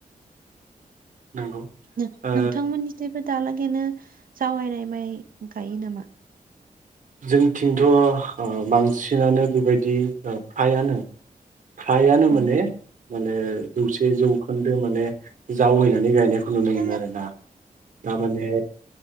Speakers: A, on the right; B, on the right.
A: नंगौ
B: नोंथांमोननिफ्रायबो
A: ओ
B: दालागैनो जावैनाय माइ गायो नामा
A: जोंथिंथ' बांसिनानो बेबायदि फ्रायानो हायानो माने
B: औ
A: माने जौसे जौखोन्दो माने जावैनानै गायनायखौ खुनु न
B: औ
A: मोनो आरोना दा माने